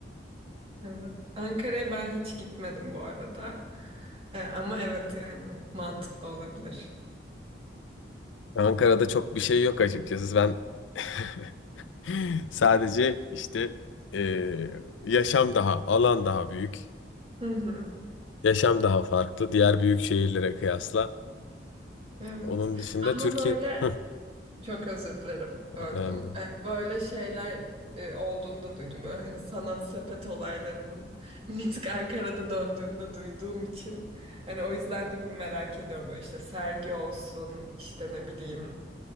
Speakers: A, on the right; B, on the left.
A: Evet. Ankara'ya ben hiç gitmedim bu arada. E, ama evet yani mantıklı olabilir.
B: Ankara'da çok bir şey yok açıkçası. Ben <laughs> Sadece işte eee, yaşam daha, alan daha büyük,
A: Hı hı.
B: yaşam daha farklı diğer büyük şehirlere kıyasla.
A: Evet.
B: Onun dışında
A: Ama
B: Türkiye'de.
A: böyle
B: Hı,
A: Çok özür dilerim böldüm.
B: Beğendim.
A: Ee, Böyle şeyler e, olduğunu da duydum. Böyle hani sanat sepet olaylarının <laughs> mitik Ankara'da döndüğünde duyduğum için. Hani o yüzden de bir merak ediyorum. Böyle işte sergi olsun işte ne bileyim